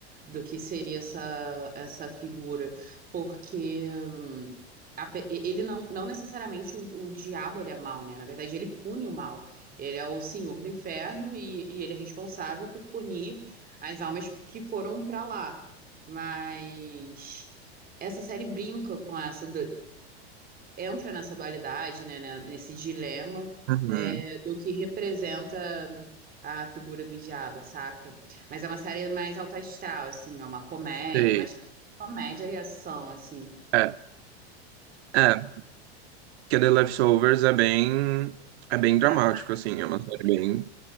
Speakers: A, on the right; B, on the right.
A: do que seria essa, essa figura, porque hum, a pe- ele não, não necessariamente o, o diabo ele é mau, né? Na verdade, ele pune o mal. Ele é o senhor do inferno e, e ele é responsável por punir as almas que foram para lá. Mas essa série brinca com essa, entra nessa dualidade, né, né, nesse dilema
B: Uhum.
A: é, do que representa a figura do diabo, saca? Mas é uma série mais alta astral, assim, é uma comédia,
B: Sei.
A: mais comédia e ação, assim,
B: É, é. Que The Leftovers é bem... É bem dramático,
A: drama.
B: assim. É uma série bem...